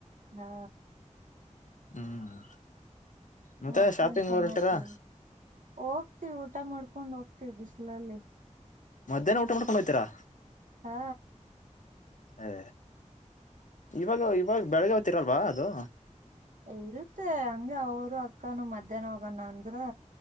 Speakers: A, on the right; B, on the left.
A: ಹಾ
B: ಹ್ಮ್ ಮತ್ತೆ
A: ಮತ್ತೇನ್
B: ಶಾಪಿಂಗ್
A: ಸಮಾಚಾರ
B: ಹೊರ್ಟೀರಾ?
A: ಹೋಗ್ತಿವಿ ಊಟ ಮಾಡ್ಕೊಂಡ್ ಹೋಗ್ತಿವಿ ಬಿಸಿಲಲ್ಲಿ.
B: ಮಧ್ಯಾಹ್ನ ಊಟ ಮಾಡ್ಕೊಂಡ್ ಹೊಯ್ತೀರಾ.
A: ಹಾ
B: ಏ ಇವಾಗ ಇವಾಗ ಬೆಳಗ್ಗೆ ಹೊತ್ತಿರಲ್ವಾ ಅದು?
A: ಇರುತ್ತೆ ಹಂಗೆ ಅವರು ಅಕ್ಕಾನ ಮಧ್ಯಾಹ್ನ ಹೋಗಣ ಅಂದ್ರು.